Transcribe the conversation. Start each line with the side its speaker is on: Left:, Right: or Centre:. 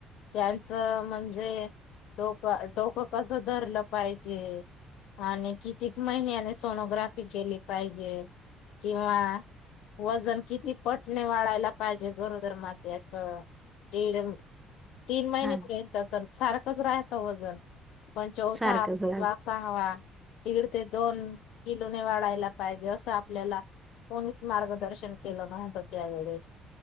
Left: त्यांचं म्हणजे डोक डोकं कसं धरलं पाहिजे <inaudible> हे, आणि किती महिन्याने सोनोग्राफी केली पाहिजे किंवा वजन किती पट. <unintelligible> वाढायला पाहिजे गरोदर मातेचे दीड तीन महिनेपर्यंत.
Centre: हा
Left: तर सारखंच राहतं वजन पण <inaudible> चौथाला
Centre: सारखंच राह
Left: <inaudible> सहावा दीड ते दोन किलोने वाढायला पाहिजे असं आपल्याला. कोणीच मार्गदर्शन केलं नव्हतं त्यावेेळेला.